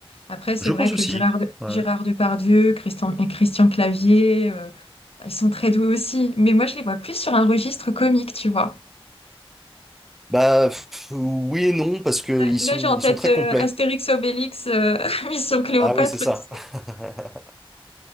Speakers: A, on the left; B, in the centre.
A: Après, c'est
B: je
A: vrai
B: pense
A: que
B: aussi.
A: Gérard, de-
B: Ouais.
A: Gérard Depardieu, Christian, et Christian Clavier, euh, bah, ils sont très doués aussi. Mais moi, je les vois plus sur un registre comique, tu vois.
B: Bah pff, oui et non, parce qu'ils
A: Là,
B: sont,
A: j'ai en
B: ils
A: tête
B: sont très
A: euh,
B: complets.
A: Astérix Obélix, euh, <laughs> Mission Cléopâtre.
B: Ah oui, c'est ça.
A: tu sais.
B: <laughs>